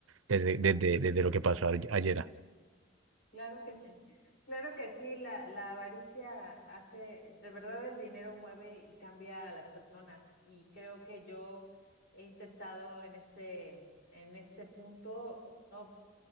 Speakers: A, on the right; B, on the left.
A: desde, desde, desde lo que pasó a- ayer.
B: Claro que sí, claro que sí, la, la avaricia hace, de verdad el dinero mueve y cambia a las personas y creo que yo he intentado en este, en este punto no,